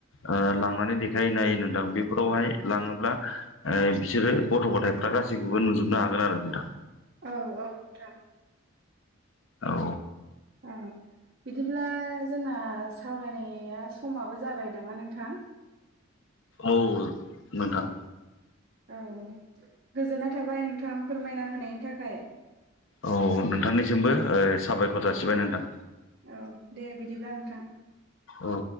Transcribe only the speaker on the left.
ओ लां माने देखायहैनो नोंथां बेफोरावहाय लाङोब्ला ओ बिसोरो गथ' गथायफ्रा गासैखौबो नु जोबनो हागोन आरो नोंथां।
औ।
औ नोंथां।
औ नोंथांनिसिमबो ओ साबायखर जासिबाय नोंथां।
औ।